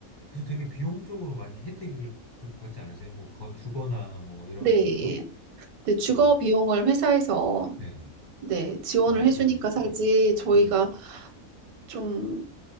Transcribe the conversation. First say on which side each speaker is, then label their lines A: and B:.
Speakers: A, on the left; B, on the right.
A: 사실 되게 비용적으로 많이 혜택을 받지 않으세요? 뭐, 거, 주거나 뭐 이런
B: 네,
A: 것들도?
B: 네, 주거
A: 아,
B: 비용을 회사에서
A: 네네.
B: 네, 지원을
A: 아, 다
B: 해주니까
A: 대주시고.
B: 살지 저희가
A: 음,
B: 좀,